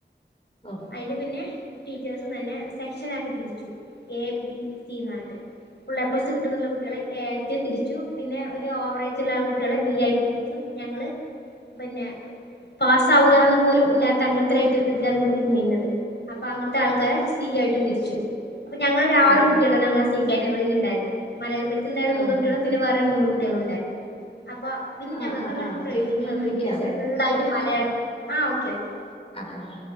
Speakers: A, on the left; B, on the left.
A: ആഹ്
B: അയില് പിന്നെ ടീച്ചേഴ്സും തന്നെ സെക്ഷൻ ആക്കി തിരിച്ചു എ ബി സീന്ന് പറഞ്ഞിട്ട് ഫുള്ള എപ്ലസ് കിട്ടുന്നുള്ള കുട്ടികളെ എ ആയിട്ട് തിരിച്ചു. പിന്നെ ഒരു ഓവറേജ് ഉള്ള കുട്ടി കുട്ടികളെ ബി ആയിട്ട് തിരിച്ചു. ഞങ്ങള്ൾ പിന്നെ പാസ്സാവുല്ലന്ന് പോലും ഇല്ലാത്ത അങ്ങനത്തൊരു ഐറ്റത്തില ഇതില ന ഇരുന്നിന്നത്. അപ്പൊ അങ്ങനത്തെ ആൾക്കാരെ സി ആയിട്ടും തിരിച്ചു അപ്പൊ ഞങ്ങളൊ ആറ്
A: ഓ
B: കുട്ടികളാണ്
A: ഓ
B: ഞങ്ങടെ സി കാറ്റഗറിൽ ഉണ്ടായിരന്നത് മലയാള മീഡിയ <unintelligible>
A: ആഹ്
B: മൂന്നുകുട്ടികളുംപിന്നെ വേരെ മൂന്ന്കുട്ടികളും ഉണ്ടായിരുന്നു. അപ്പൊ പിന്നെ ഞങ്ങൾക്ക്
A: ആഹ് ആഹ്
B: അങ്ങോട്ട്
A: ആഹ്
B: ട്രെയിനിങ്
A: ചേച്ചി ഞാൻ
B: തന്നിട്ട്
A: വിളിക്കാവേ
B: അത്യാവശ്യം ഫുൾയിട്ട് മലയാളം ആ ഓക്കെ ഓക്കെ.
A: ആ ആ